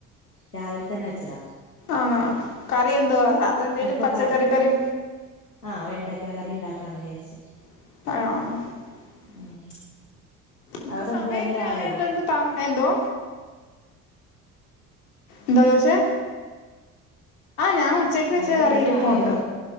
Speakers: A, on the left; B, on the left.
A: രാവിൽ തന്നെ വച്ചതാ
B: ആണോ കറി എന്തുവാ
A: ഇപ്പ
B: സാധാ എന്തേലും
A: ഇപ്പൊ
B: പച്ചക്കറി
A: ക
B: കറി
A: ആ വെണ്ടയ്ക്ക കറി ണ്ടാക്കാന്ന് വിചാരിച്ച്
B: <unintelligible>
A: ഉം
B: ഇപ്പോ
A: അവിടെ
B: സമയെത്ര
A: എന്താ എല്ലാം ആയോ
B: ആയല്ലോ എന്ത് താമ് എന്തോ എന്താ പോയ്ച്ചേ? ഞാ ഉച്ചയ്ക്ക് വച്ച
A: അവിടെ
B: കറിയിരിപ്പുണ്ട്.
A: എല്ലാം ആയോ